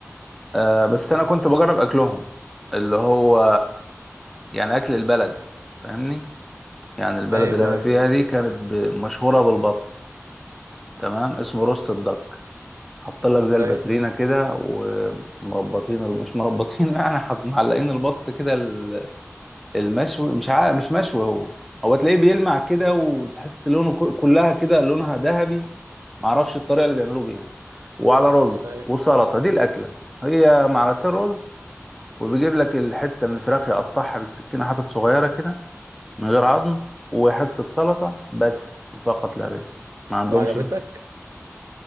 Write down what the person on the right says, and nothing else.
ايوه
ايوه
ايوه
<laughs>
وعجبتك